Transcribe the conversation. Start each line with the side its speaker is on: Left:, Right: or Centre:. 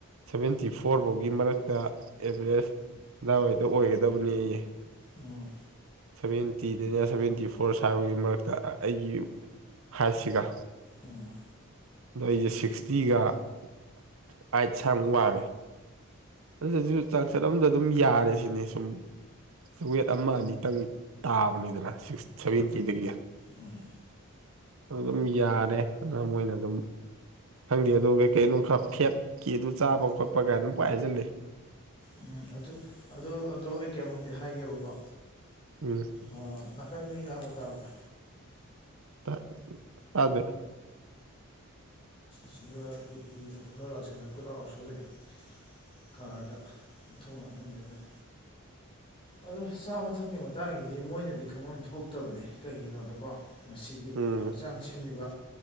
Right: ꯁꯚꯦꯟꯇꯤ ꯐꯣꯔ ꯐꯥꯎꯒꯤ ꯃꯔꯛꯇ ꯑꯦꯚꯔꯦꯖ ꯑꯗꯥꯋꯥꯏꯗ ꯑꯣꯏꯒꯗꯕꯅꯦꯌꯦ꯫
Left: ꯎꯝ꯫
Right: ꯁꯚꯦꯟꯇꯤꯗꯅ ꯁꯚꯦꯟꯇꯤ ꯐꯣꯔ ꯁꯥꯕꯒꯤ ꯃꯔꯛꯇ ꯑꯩꯒꯤ ꯍꯥꯏꯠꯁꯤꯒ꯫
Left: ꯎꯝ꯫
Right: ꯑꯩꯁꯦ ꯁꯤꯛꯁꯇꯤꯒ ꯑꯥꯏꯠꯁꯋꯥꯏꯃꯨꯛ ꯋꯥꯡꯉꯦ꯫ ꯑꯗꯨꯗꯁꯨ ꯆꯥꯛꯆꯠ ꯑꯃꯗ ꯑꯗꯨꯝ ꯌꯥꯔꯦꯁꯤꯅꯦ ꯁꯨꯝ꯫ ꯋꯦꯠ ꯑꯃ ꯑꯅꯤꯇꯪ ꯇꯥꯕꯅꯤꯗꯅ ꯁꯤꯛꯁ ꯁꯚꯦꯟꯇꯤꯗꯒꯤ꯫
Left: ꯎꯝ꯫
Right: ꯑꯗꯨ ꯑꯗꯨꯝ ꯌꯥꯔꯦ ꯑꯗꯨꯅ ꯃꯣꯏꯅ ꯑꯗꯨꯝ꯫ ꯈꯪꯗꯦ ꯑꯗꯨꯒ ꯀꯩ ꯀꯩꯅꯣ ꯈꯔ ꯐꯦꯠꯀꯤ ꯑꯗꯨ ꯆꯥꯕ ꯈꯣꯠꯄ ꯀ ꯑꯗꯨꯝ ꯄꯪꯍꯥꯏ ꯍꯥꯏꯖꯜꯂꯦ꯫
Left: ꯎꯝ ꯑꯗꯨ ꯑꯗꯣ ꯑꯗꯣ ꯑꯩ ꯀꯩꯅꯣꯝꯃꯗꯤ ꯍꯥꯏꯒꯦꯕꯀꯣ꯫
Right: ꯎꯝ꯫
Left: ꯑ ꯅꯥꯀꯟ ꯃꯤ ꯂꯥꯡꯕ ꯇꯥꯕ꯭ꯔꯥ꯫
Right: ꯇꯥ ꯇꯥꯗꯦ꯫
Left: ꯁꯤ ꯌꯨ ꯊꯛꯄ ꯈꯔ ꯂꯥꯛꯁꯜꯂ ꯀꯣꯏ ꯂꯥꯎ ꯂꯥꯎꯁꯜꯂ ꯂꯩꯔꯦ꯫ ꯀꯥꯔꯗ ꯃꯊꯣꯡ ꯃꯥꯔꯝ ꯈꯪꯗꯈꯩ꯫ ꯑꯗꯣ ꯆꯥꯕ ꯊꯛꯄꯀꯤ ꯃꯇꯥꯡꯒꯤꯗꯤ ꯃꯣꯏꯅꯗꯤ ꯈꯪꯐꯝ ꯊꯣꯛꯇꯕꯅꯦ ꯀꯩꯒꯤꯅꯣꯗꯀꯣ꯫ ꯃꯁꯤꯗꯤ
Right: ꯎꯝ
Left: ꯍꯛꯆꯥꯡ ꯁꯦꯝꯃꯤꯕ